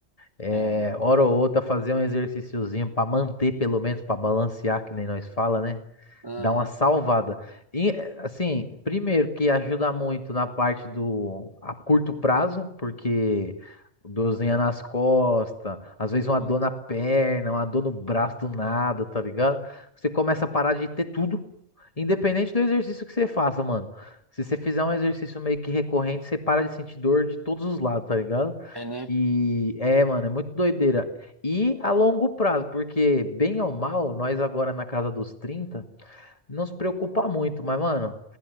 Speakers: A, on the left (about 30°); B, on the right (about 20°).
A: é,
B: É,
A: hora ou outra fazer um exercíciozinho pra manter, pelo menos, pra balancear, que nem nós fala, né?
B: aham,
A: Dá uma salvada. E, assim, primeiro que ajuda muito na parte do a curto prazo, porque dorzinha nas costas, às vezes uma
B: isso.
A: dor na perna, uma dor no braço do nada, tá ligado? Você começa a parar de ter tudo, independente do exercício que você faça, mano. Se você fizer um exercício meio que recorrente, você para de sentir dor de todos os lados, tá ligado?
B: É, né?
A: E é, mano, é muito doideira. E a longo prazo, porque bem ou mal, nós agora na casa dos 30 não se preocupa muito, mas, mano,